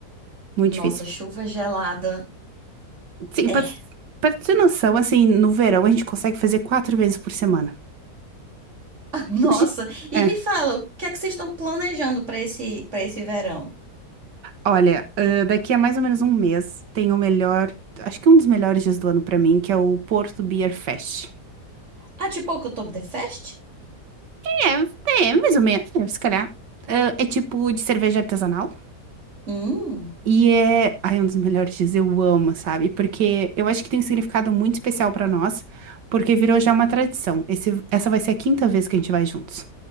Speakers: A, on the right; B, on the right.
A: muito
B: Nossa,
A: difícil.
B: chuva gelada.
A: Sim,
B: É.
A: pra, pra ter noção, assim, no verão a gente consegue fazer quatro vezes por semana.
B: <laughs> Nossa,
A: Nos di-
B: e
A: É.
B: me fala, o que é que vocês estão planejando para esse para esse verão?
A: Olha, ãh, daqui a mais ou menos um mês tem o melhor, acho que um dos melhores dias do ano pra mim, que é o Porto Beer Fest.
B: Ah, tipo o Oktoberfest?
A: É, é, mais ou menos, é, se calhar. Ãh, É, tipo de cerveja artesanal.
B: Hum.
A: E é, ai, um dos melhores dias, eu amo, sabe? Porque eu acho que tem um significado muito especial pra nós, porque virou já uma tradição. Esse, essa vai ser a quinta vez que a gente vai juntos.